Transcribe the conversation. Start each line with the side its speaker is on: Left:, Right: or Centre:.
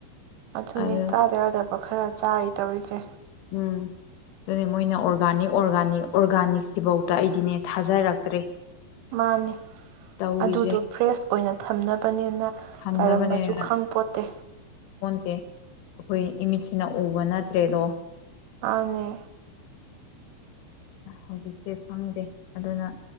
Right: ꯑꯗꯨꯅꯦ
Left: ꯑꯗꯨꯅ
Right: ꯆꯥꯗ ꯌꯥꯥꯗ ꯈꯔ ꯆꯥꯔꯤ ꯇꯧꯔꯤꯁꯦ꯫
Left: ꯎꯝ ꯑꯗꯨꯅꯦ ꯃꯣꯏꯅ ꯑꯣꯔꯒꯥꯅꯤꯛ ꯑꯣꯔꯒꯥꯅꯤꯛ ꯑꯣꯔꯒꯥꯅꯤꯛꯁꯤꯐꯧꯗ ꯑꯩꯗꯤꯅꯦ ꯊꯥꯖꯔꯛꯇ꯭ꯔꯦ꯫
Right: ꯃꯥꯅꯦ
Left: ꯇꯧꯔꯤꯁꯦ
Right: ꯑꯗꯨꯗꯣ ꯐ꯭ꯔꯦꯁ ꯑꯣꯏꯅ ꯊꯝꯅꯕꯅꯦ <unintelligible>
Left: ꯊꯝꯅꯕꯅꯦꯅ
Right: ꯆꯥꯏꯔꯝꯕꯁꯨ ꯈꯪ ꯄꯣꯠꯇꯦ꯫
Left: <unintelligible> ꯑꯩꯈꯣꯏ ꯏꯃꯤꯠꯁꯤꯅ ꯎꯕ ꯅꯠꯇ꯭ꯔꯦꯗꯣ
Right: ꯃꯟꯅꯦ
Left: ꯍꯧꯖꯤꯛꯁꯦ ꯈꯪꯗꯦ ꯑꯗꯨꯅ